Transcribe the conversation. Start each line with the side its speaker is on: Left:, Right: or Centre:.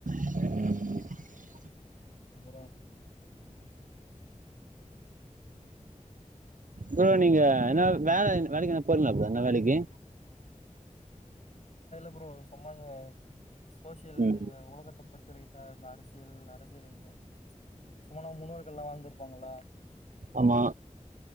Right: உஹ
Left: அப்புறோ
Right: ப்ரோ நீங்க என்ன வேல வேலைக்கு நா போறீங்ளா ப்ரோ என்ன வேலைக்கு
Left: அப்றோ சும்மாத சோஷியல்
Right: ம்
Left: இந்த உலகத்துப் பத்துரே அ இந்த அரசியல் அரசியல்னு சும்மா நம் முன்னோர்கள்ல்லா வாழ்ந்திருப்பாங்கல
Right: ஆமா